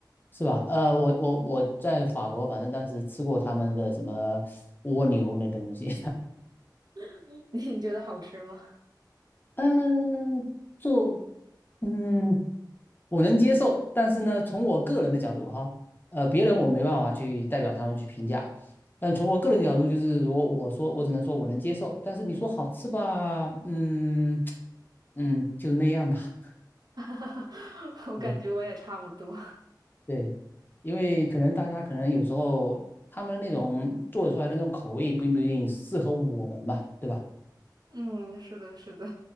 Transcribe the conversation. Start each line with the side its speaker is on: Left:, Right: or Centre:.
Left: 是吧？呃，我我我在法国，反正当时吃过他们的什么蜗牛那东西，
Right: <laughs> 你你觉得好吃吗？
Left: <laughs> 嗯，做，嗯。我能接受，但是呢，从我个人的角度哈，呃，别人我没办法去代表他们去评价，但从我个人角度，就是如果我说，我只能说我能接受，但是你说好吃吧，嗯嗯，就那样吧。<laughs>
Right: <laughs> 哈哈，我感觉我也差不多。
Left: 对对，因为可能大家可能有时候他们的那种做出来的那种口味，并不一定适合我们吧，对吧？
Right: 嗯，是的，是的，